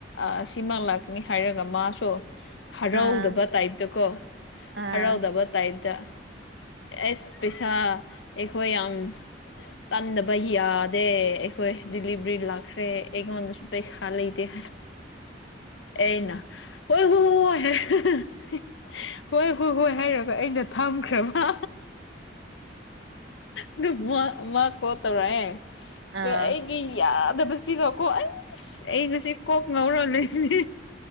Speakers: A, on the left; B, on the right.
A: ꯑꯁꯤꯃꯛ ꯂꯥꯛ ꯅꯤ ꯍꯥꯏꯔꯒ ꯃꯥꯁꯨ ꯍꯔꯥꯎꯗꯕ
B: ꯑꯥ
A: ꯇꯥꯏꯞꯇꯀꯣ
B: ꯑꯥ
A: ꯍꯔꯥꯎꯗꯕ ꯇꯥꯏꯞ ꯇ ꯑꯦꯁ ꯄꯩꯁꯥ ꯑꯩꯈꯣꯏ ꯌꯥꯝ ꯇꯝꯗꯕ ꯌꯥꯗꯦ ꯑꯩꯈꯣꯏ ꯗꯤꯂꯤꯕꯔꯤ ꯂꯥꯛꯈ꯭ꯔꯦ ꯑꯩꯉꯣꯟꯗꯁꯨ ꯄꯩꯁꯥ ꯇꯥꯅꯤꯡꯗꯦ ꯑꯩꯅ꯫ <unintelligible> ꯍꯣꯏ ꯍꯣꯏ ꯍꯣꯏ ꯍꯥꯏꯔꯒ ꯑꯩꯅ ꯊꯝꯈ꯭ꯔꯕ ꯑꯗꯨ ꯃ ꯃꯥ ꯀꯣꯜ ꯇꯧꯔꯛꯑꯦ
B: ꯑꯥ
A: ꯑꯩꯒꯤ ꯌꯥꯗꯕꯁꯤꯒꯀꯣ ꯑꯩ ꯑꯩ ꯉꯁꯤ ꯀꯣꯛ ꯉꯧꯔ ꯂꯩꯕꯅꯦ꯫